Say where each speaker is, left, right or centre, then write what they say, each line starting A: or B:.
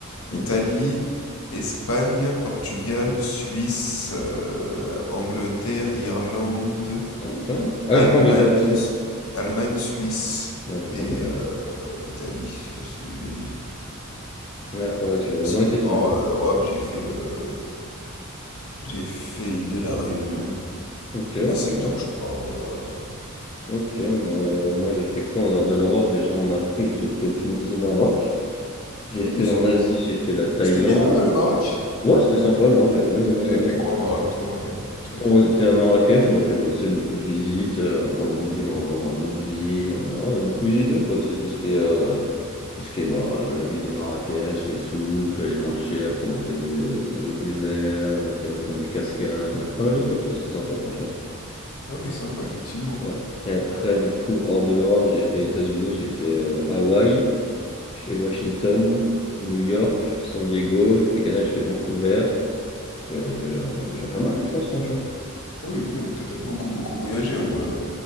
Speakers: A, on the left; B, on the left.
A: Italie,
B: ok.
A: Espagne, Portugal, Suisse, euh, Angleterre, Irlande,
B: Ah, ouais, quand même. Ah,
A: Allemagne,
B: j'ai fait Angleterre aussi.
A: Allemagne, Suisse
B: Ouais, j'ai fait
A: et
B: Angleterre,
A: euh,
B: j'ai oublié.
A: Italie. Je sais pas si j'ai déjà dit.
B: Ah, ouais, tu l'as.
A: Et Sinon,
B: Non, ok, tu
A: hors
B: me l'as pas dit.
A: euh, Europe, j'ai fait, euh, j'ai fait île de la Réunion,
B: Ok, ouais,
A: Et c'est
B: sympa.
A: tout, je crois, hors de l'Europe. hein.
B: Ok, moi, euh, moi j'ai fait quoi en dehors de l'Europe? Déjà en Afrique, j'ai fait Tunisie, Maroc. J'ai
A: Ah
B: fait
A: oui, c'est-
B: en Asie, j'ai fait la Thaïlande.
A: c'était bien là, le Maroc?
B: Ouais, c'était sympa le Maroc, j'avais bien aimé.
A: T'avais
B: euh.
A: fait quoi au Maroc, toi, euh, comme truc
B: On
A: un peu?
B: était à Marrakech, on a fait bah, tu sais, beaucoup de visites. euh, après, on a bougé dans dans d'autres villes. On a, on a beaucoup visité quoi. Tu sais, tout ce qui est euh, tout ce qui est bah, la ville de Marrakech, les souks, les marchés. Après, on a fait des- le désert. On a fait, on est dans des cascades. On a fait pas mal de trucs. Toi, c'était sympa franchement.
A: Ah oui, sympa, effectivement.
B: Ouais. Et après, du coup, hors de l'Europe, j'ai fait États-Unis, j'ai fait euh, Hawaï. J'ai fait Washington, New York, San Diego, j'ai fait Canada, j'ai fait Vancouver. Et on est déjà, on est déjà pas mal, hein, je pense, franchement.
A: Ah oui, putain, mais toi, t'as beaucoup, beaucoup voyagé, hein, moi. euh,